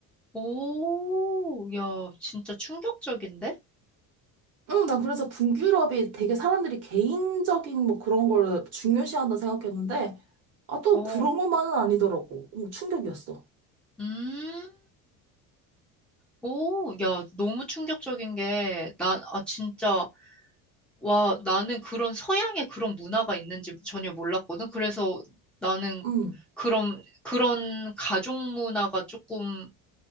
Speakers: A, in the centre; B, on the right.
A: 오, 야, 진짜 충격적인데?
B: 응, 난 그래서 분유럽이 되게 사람들이 개인적인 뭐 그런 걸 중요시한다 생각했는데, 아, 또
A: 어,
B: 그런 것만은 아니더라고. 어, 충격이었어.
A: 음. 오, 야, 너무 충격적인 게, 나, 아, 진짜, 와, 나는 그런 서양의 그런 문화가 있는지 전혀 몰랐거든. 그래서 나는
B: 응.
A: 그런, 그런 가족 문화가 조금,